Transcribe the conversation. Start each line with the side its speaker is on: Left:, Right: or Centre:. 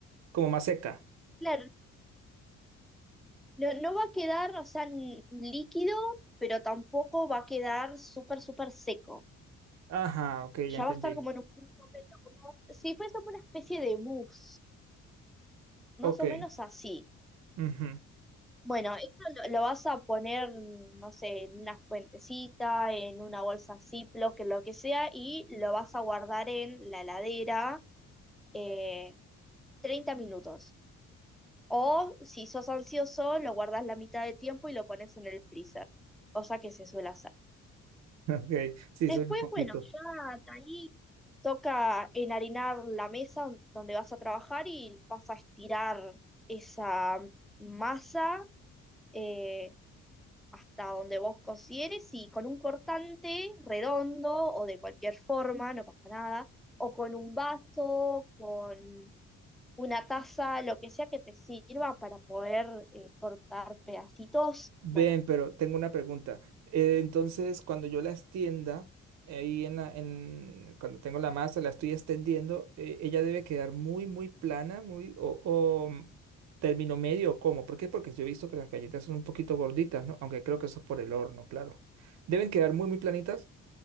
Right: Como más seca.
Centre: Claro, no, no va a quedar, o sea, n- líquido, pero tampoco va a quedar súper, súper seco.
Right: Ajá, ok, ya
Centre: Ya
Right: entendí.
Centre: va a estar como en un punto medio, como si fuese como una especie de mousse, más
Right: Ok.
Centre: o menos así.
Right: ujú.
Centre: Bueno, eso lo, lo vas a poner, no sé, en una fuentecita, en una bolsa Ziploc, en lo que sea, y lo vas a guardar en la heladera eh, 30 minutos. O si sos ansioso, lo guardas la mitad de tiempo y lo pones en el freezer, cosa que se suele hacer.
Right: Ok, sí,
Centre: Después,
Right: soy un poquito.
Centre: bueno, ya de ahí toca enharinar la mesa donde vas a trabajar y vas a estirar esa masa eh, hasta donde vos consideres y con un cortante redondo o de cualquier forma, no pasa nada, o con un vaso, con una taza, lo que sea que te sirva para poder eh, cortar pedacitos.
Right: Ven,
Centre: Bueno,
Right: pero tengo una pregunta. Eh, entonces, cuando yo la extienda, ahí en la, en, cuando tengo la masa, la estoy extendiendo, eh, ella debe quedar muy, muy plana, muy, o, o mm, término medio, o ¿cómo? ¿Por qué? Porque yo he visto que las galletas son un poquito gorditas, ¿no? Aunque creo que eso es por el horno, claro. Deben quedar muy, muy planitas,